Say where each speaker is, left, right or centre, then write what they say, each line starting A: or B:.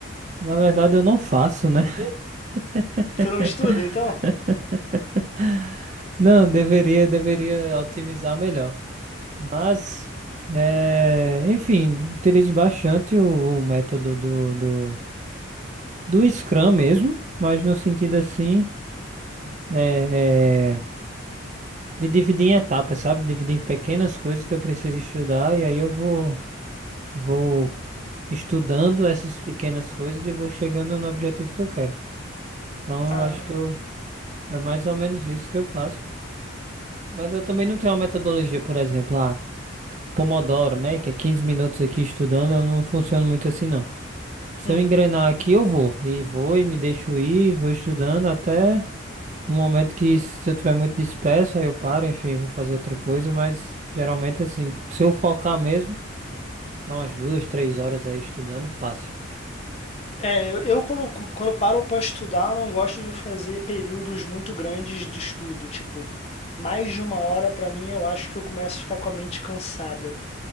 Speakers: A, on the right; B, on the left.
A: Na verdade, eu não faço, né? <laughs>
B: Você não estuda, então?
A: Não, deveria, deveria otimizar melhor. Mas, é, enfim, utilizo bastante o, o método do, do, do Scrum mesmo, mas no sentido assim, é, é, de dividir em etapas, sabe? Dividir em pequenas coisas que eu preciso estudar e aí eu vou. Vou estudando essas pequenas coisas e vou chegando no objetivo que eu quero. Então,
B: Ah,
A: eu acho que eu,
B: tá.
A: é mais ou menos isso que eu faço. Mas eu também não tenho uma metodologia, por exemplo, ah, Pomodoro, né? Que é 15 minutos aqui estudando, eu não funciono muito assim, não. Se
B: Uhum.
A: eu engrenar aqui, eu vou. E vou e me deixo ir, vou estudando até um momento que, se eu tiver muito disperso, aí eu paro, enfim, vou fazer outra coisa. Mas geralmente, assim, se eu focar mesmo, dá umas duas, três horas aí estudando, fácil.
B: É, eu eu quando, quando paro para estudar, eu não gosto de fazer períodos muito grandes de estudo. Tipo, mais de uma hora para mim, eu acho que eu começo a ficar com a mente cansada.